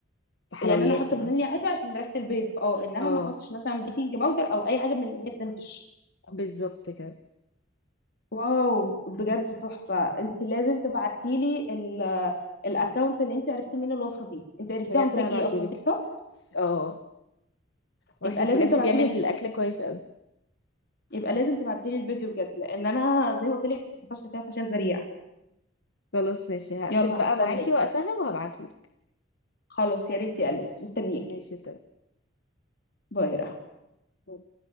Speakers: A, on the left; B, on the left.
A: في حلويات
B: يعني انا احط
A: يعني
B: فانيليا عادي عشان ريحه البيض اه انما
A: اه
B: ما احطش مثلا بيكنج باودر او اي حاجه من اللي هي بتنفش
A: بالظبط كده
B: واو بجد تحفه انت لازم تبعتي لي الاكونت اللي انت عرفتي منه الوصفه دي انت عرفتيها
A: بجد
B: عن طريق
A: هبعتهولك
B: ايه اصلا تيك توك
A: اه واحد
B: يبقى لازم
A: بجد
B: تبعتي
A: بيعمل
B: لي الفيديو
A: اكل كويس قوي
B: يبقى لازم تبعتي لي الفيديو بجد لان انا زي ما قلت لك فاشله فيها فشل ذريع
A: خلاص ماشي هقفل
B: يلا
A: بقى
B: هستناك
A: معاكي وقتها وهبعتهولك
B: خلاص يا ريت يا
A: خلاص
B: قلبي مستنيك
A: ماشي
B: باي يا رحمة.
A: تمام